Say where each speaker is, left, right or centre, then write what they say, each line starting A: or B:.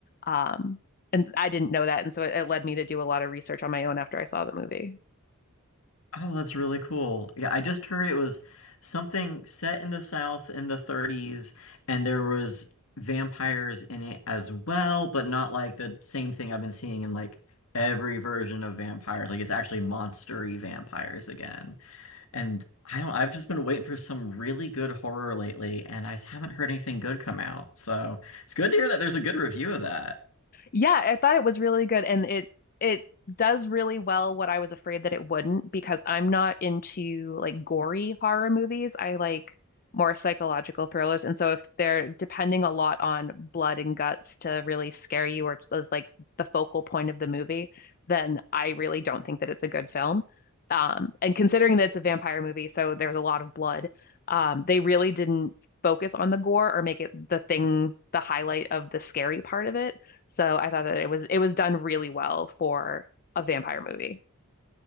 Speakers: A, on the left; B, on the left.
A: Um, and I didn't know that, and so it, it led me to do a lot of research on my own after I saw the movie.
B: Oh, that's really cool. Yeah, I just heard it was something set in the South in the 30s and there was vampires in it as well, but not like the same thing I've been seeing in like every version of vampires. Like it's actually monster-y vampires again. And I don't, I've just been waiting for some really good horror lately, and I just haven't heard anything good come out. So it's good to hear that there's a good review of that.
A: Yeah, I thought it was really good and it it does really well what I was afraid that it wouldn't because I'm not into like gory horror movies. I like more psychological thrillers and so if they're depending a lot on blood and guts to really scare you or as like the focal point of the movie, then I really don't think that it's a good film. Um, and considering that it's a vampire movie, so there's a lot of blood, um, they really didn't focus on the gore or make it the thing, the highlight of the scary part of it. So I thought that it was it was done really well for a vampire movie. <gasps>